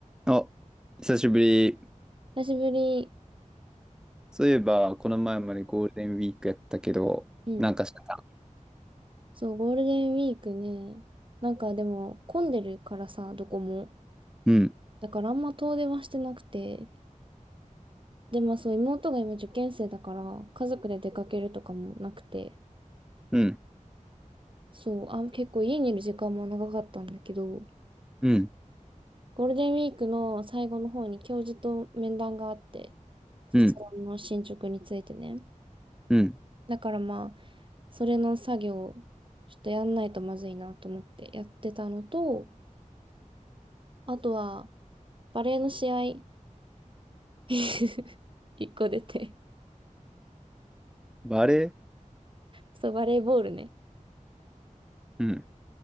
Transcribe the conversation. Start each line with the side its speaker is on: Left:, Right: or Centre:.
Centre: あ、久しぶり。
Right: 久しぶり。
Centre: そういえば、この前までゴールデンウィークやったけど、
Right: うん。
Centre: なんかしたか
Right: そう、ゴールデンウィークね。なんかでも混んでるからさ、どこも。
Centre: うん、
Right: だからあんま遠出はしてなくて。で、まあそう、妹が今受験生だから、家族で出かけるとかもなくて。
Centre: うん、
Right: そう、あ、結構家にいる時間も長かったんだけど、
Centre: うん、
Right: ゴールデンウィークの最後の方に教授と面談があって、卒論の進捗についてね。
Centre: うん、うん。
Right: だからまあ、それの作業をちょっとやんないとまずいなと思ってやってたのと、あとは、バレーの試合 <laughs> 一個出て。
Centre: バレー
Right: そう、バレーボールね。
Centre: うん。